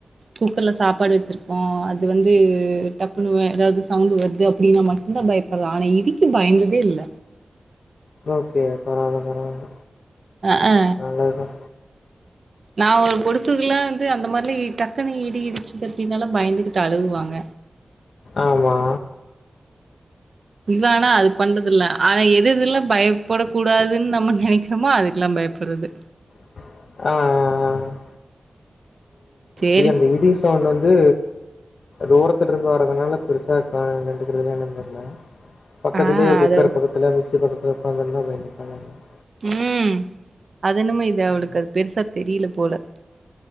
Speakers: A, on the right; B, on the left.
A: குக்கர்ல சாப்பாடு வெச்சிருக்கோ அது வந்து டப்புன் வே எதாவது சவுண்ட் வருது அப்டினா மட்டுந்தா பயப் <unintelligible> இடிக்கு பயந்ததே இல்ல
B: ஓகே பரவால பரவால
A: அ ஆ
B: நல்லது தா
A: நா ஒரு பொடுசுகல்லா வந்து அந்த மாரிலா இ டக்குனு இடி இடிச்சுது அப்டின்னல்லா பயந்துக்கிட் அழுகுவாங்க
B: ஆம்மா
A: இல்ல ஆனா அது பண்றது இல்ல ஆனா எது இதெல்லா பயப்படக் கூடாதுன்னு நம்ம நெனைக்கிறோமோ அதுக்கெல்லா பயப்பட்றது
B: அ அ அ
A: சேரி
B: ஏய் <unintelligible> ரேடியோ சவுண்ட் வந்து தூரத்துல இருந்து வர்றதுனால பெருசா கா கண்டுக்கிறதுன்னா என்னான்னு தெர்ல பக்கத்துலயே
A: ஆ
B: குக்கர்
A: அது
B: பக்கத்துல மிக்சி பக்கத்துல உக்காந்து இருந்தா கண்டிப்பா இதா ஆகும்
A: ம் அது என்னமோ இது
B: ம்.
A: அவளுக்கு அது பெருசா தெரியில போல